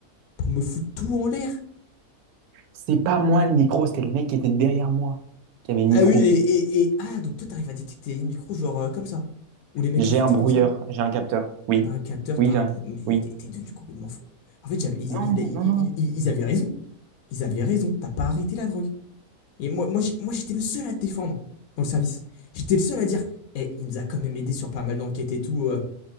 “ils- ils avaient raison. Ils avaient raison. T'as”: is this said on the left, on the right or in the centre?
Left